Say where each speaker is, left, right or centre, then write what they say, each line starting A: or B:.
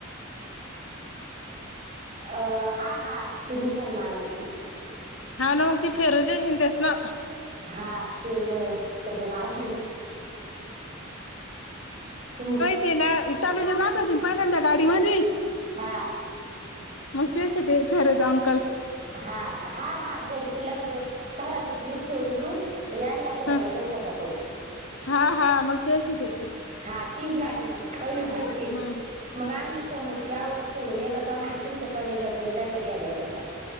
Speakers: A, on the right (about 35°); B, on the left (about 80°).
A: अं हा हा, ती मुसलमानाची.
B: हा ना. मग ती फेरूच जाश तेस ना?
A: हा, <unintelligible> त्याचं नाव <unintelligible> <unintelligible>
B: ते ना. तनुजा जात होती ना पहिल्यांदा गाडीमधी.
A: हा.
B: मग तेच होते, फेरोज अंकल.
A: हा हा हा, झेड पी ला म्हणजे पोराची ट्रिप सोडून येऊन, याय लाग घ्यायला
B: ह
A: येत होता तो.
B: हा हा मग तेच ते
A: हा तीच गाडी, मग पहिले
B: ह
A: झेड पी मग, आमच्या समु तिला अगोदर सोडून येत होता मग तुमच्या तनुजा <unintelligible> त्यांना घ्यायला येतं होता.